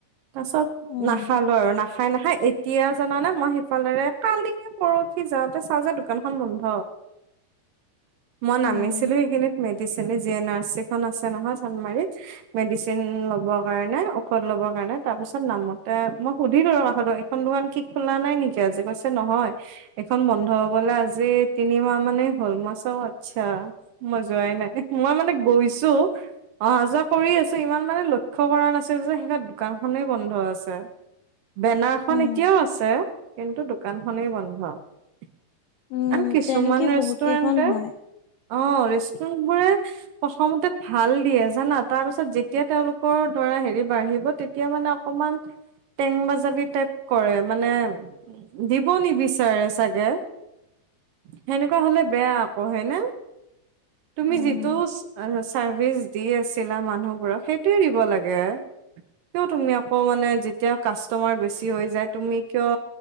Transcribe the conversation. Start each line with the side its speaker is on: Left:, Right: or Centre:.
Right: তাৰ পাছত
Left: উম
Right: নাখালো আৰু নাখাই নাখায় এতিয়া জানানে মই সিফালেৰে কালি নে পৰহি যাওঁতে চাওঁ যে দোকানখন বন্ধ মই নামিছিলো
Left: উম
Right: এইখিনিত মেডিচনে জি এন আৰ চি খন আছে নহয় চানমাৰীত মেডিচিন ল'ব কাৰণে ঔষধ লব কাৰণে তাৰ পিছত নামোতে মই সুধিলো আৰু এইখন দোকান কি খোলা নাই নেকি আজি কৈছে নহয় এখন বন্ধ হবলে আজি তিনিমাহ মানে হ'ল মাই চাও আচ্ছা মই যোৱাই নাই মই মানে গৈছো অহা যোৱা কৰি আছো ইমান মানে লক্ষ্য কৰা নাছিল যে সেইতাত দোকান খনেই বন্ধ আছে বেনাৰখন
Left: উম
Right: এতিয়াও আছে কিন্তু দোকানখনেই বন্ধ আ
Left: উম
Right: কিছুমান
Left: তেনেকে
Right: ৰেষ্টুৰেণ্টে
Left: বহুত কেইখন হয়
Right: অ ৰেষ্টুৰেণ্ট বোৰে প্ৰথমতে ভাল দিয়ে জানা তাৰ পাছত যেতিয়া তেওঁলোকৰ ধৰা হেৰি বাঢ়িব তেতিয়া মানে অকমান টেং বাজালি টাইপ কৰে মানে দিব নিবিচাৰে চাগে সেনেকুৱা হলে বেয়া আকৌ হয়ে ন? তুমি
Left: উম
Right: যিটো চাৰ্ভিচ দি আছিলা মানুহবোৰক সেইটোৱে দিব লাগে। কিয় তুমি আকৌ মানে যেতিয়া কাষ্টমাৰ বেছি হৈ যায়, তুমি কিয়